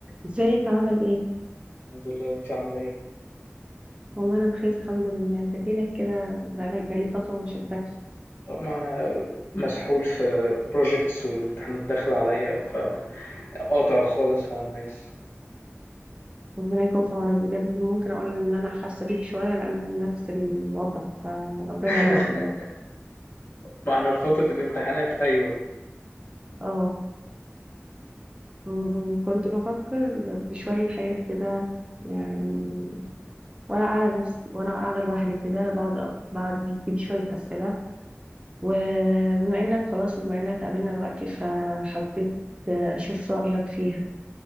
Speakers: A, on the right; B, on the left.
A: ازيك عامل ايه؟
B: الحمد لله انت عامله ايه
A: والله انا بخير الحمد لله انت فينك كده بقالي بقالي فترة ما شفتكش
B: أه، ما انا مسحول في projects والامتحانات داخله عليا فقاطع خالص على الناس
A: ربنا يكون في عونك بجد ممكن اقول ان انا حاسة بيك شوية لان نفس الوضع فربنا
B: <laughs>
A: يعيننا كلنا
B: ما انا في فتره الامتحانات ايوه
A: اه أمم، كنت بفكر في شوية حاجات كده يعني وانا قاعدة لنفسي وانا قاعدة لوحدي كده بقعد بقعد بيجيلي شوية اسئلة وبما انك خلاص وبما اننا اتقابلنا دلوقتي فحبيت اشوف رأيك فيها